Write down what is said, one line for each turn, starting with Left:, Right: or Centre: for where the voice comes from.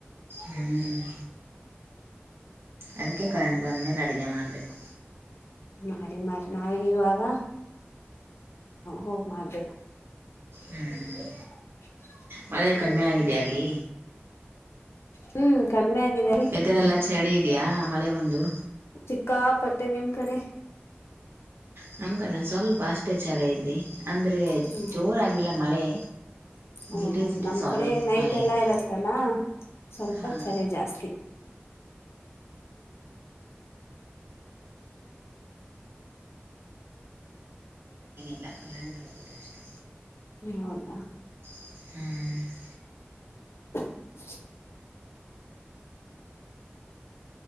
Right: ಹ್ಮ್ ಅದಕ್ಕೆ ಕರೆಂಟ್ ಬಂದ ಮೇಲೆ ಅಡುಗೆ ಮಾಡ್ಬೇಕು.
Left: ಮಾಡಿ ಮಾಡಿ ನಾವ್ ಇವಾಗ ಹೋಗ್ ಮಾಡ್ಬೇಕು.
Right: ಹ್ಮ್
Left: <unintelligible>
Right: ಮಳೆ ಕಡಿಮೆ ಆಗಿದೆಯಾ ಅಲ್ಲಿ.
Left: ಹ್ಮ್ ಕಡಿಮೆ ಆಗಿದ್ದ್
Right: ಎಲ್ಲಾ ಚಳಿ ಇದ್ದೀಯಾ ಮಳೆ ಬಂದು.
Left: ಚಿಕ್ಕಾಪಟ್ಟೆ ನಿಮ್ ಕಡೆ.
Right: ನಮ್ಮ ಕಡೆ ಸ್ವಲ್ಪ ಅಷ್ಟೇ ಚಳ ಇದೆ ಅಂದರೆ
Left: ಹ್ಮ್
Right: ಜೋರಾಗಿಲ್ಲ ಮಳೆ.
Left: ಓ
Right: ಜಿಟಿ
Left: ಹ
Right: ಜಿಟಿ
Left: ನಮ್
Right: ಸ್ವಲ್ಪ
Left: ಕಡೆ ನೈಟ್ ಎಲ್ಲ
Right: ಇದೆ
Left: ಇರತ್ತಲ್ಲ ಸ್ವಲ್ಪ
Right: ಹಾಂ
Left: ಚಳಿ ಜಾಸ್ತಿ.
Right: ಎಲ್ಲ ಕರೆಂಟ್ ಹೋಗುತ್ತೆ ಅಷ್ಟು.
Left: ಹ ಹೌದಾ.
Right: ಹ್ಮ್
Left: <inaudible>